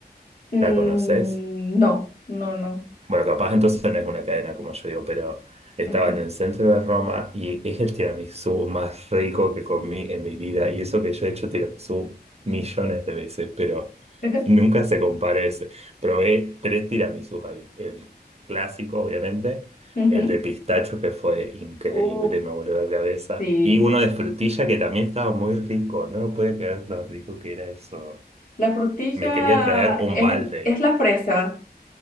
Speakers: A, on the left; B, on the right.
A: Mm,
B: ¿La conoces?
A: no, no, no.
B: Bueno, capaz entonces no es una cadena como yo digo, pero estaba
A: Ok.
B: en el centro de Roma y es el tiramisú más rico que comí en mi vida. Y eso que yo he hecho tiramisú millones de veces, pero
A: <laughs>
B: nunca se compara a ese. Probé tres tiramisús ahí. El clásico, obviamente,
A: Ujú.
B: el de pistacho que fue increíble,
A: Uf,
B: me voló la cabeza.
A: sí.
B: Y uno de frutilla que también estaba muy rico. No me podía creer lo rico que era eso.
A: La frutilla
B: Me quería traer un
A: es,
B: balde.
A: es la fresa.